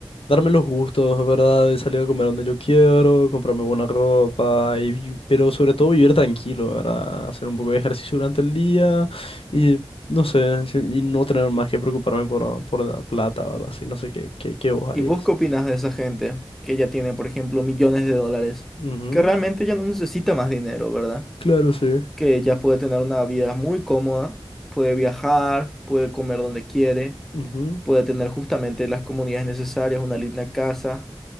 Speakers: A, on the left; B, in the centre.
A: Darme los gustos, ¿verdad? De salir a comer donde yo quiero, comprarme buena ropa, y vi- pero sobre todo vivir tranquilo, ¿verdad? Hacer un poco de ejercicio durante el día y no sé, si- y no tener más que preocuparme por, por la plata, ¿verdad? Así no sé qué, qué, qué vos harías.
B: ¿Y vos qué opinas de esa gente que ya tiene, por ejemplo, millones de dólares?
A: Ujú,
B: Que realmente ya no necesita más dinero, ¿verdad?
A: Claro, sí.
B: Que ya puede tener una vida muy cómoda, puede viajar, puede comer donde quiere,
A: Ujú,
B: puede tener justamente las comunidades necesarias, una linda casa